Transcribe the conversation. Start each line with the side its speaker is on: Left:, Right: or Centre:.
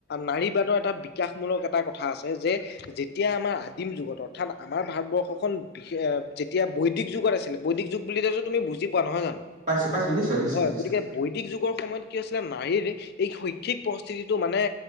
Left: নাৰীবাদৰ এটা বিকাশমূলক এটা কথা আছে যে যেতিয়া আমাৰ আদিম যুগত, অৰ্থাৎ আমাৰ ভাৰতবৰ্ষখন যেতিয়া বৈদিক যুগত আছিলে, বৈদিক যুগ বুলিলেটো তুমি বুজি পোৱা নহয় জানো?
Right: পাইছো পাইছো, নিশ্চয়, নিশ্চয়,
Left: হয়
Right: নিশ্চয়।
Left: গতিকে বৈদিক যুগৰ সময়ত কি হৈছিলে, নাৰীৰ এই শৈক্ষিক পৰিস্থিতিটো মানে